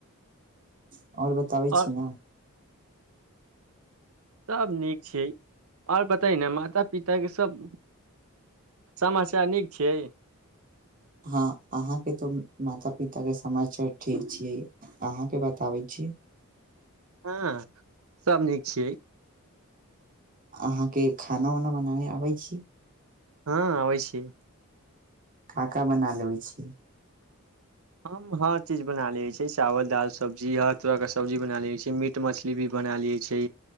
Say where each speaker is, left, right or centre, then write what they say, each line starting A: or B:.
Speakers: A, on the right (about 40°); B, on the right (about 70°).
A: <inaudible> आओर बताबै
B: आओर
A: छी न <inaudible>
B: सभ नीक छियै आओर बताई ने माता पिताके सभ समाचार नीक छैय
A: हँ अहाँके तऽ माता पिता के समाचार ठीक छियै अहाँके बताबै छी
B: हँ सभ नीक छियै
A: अहाँके खाना उना बनाबै आबै छी
B: हँ आबै छिय
A: का का बना लेबै छियै
B: हम हर चीज बना लेबै छी चावल दाल सब्जी आर तरह के सब्जी बना लय छी मीट मछली मछली भी बना लै छै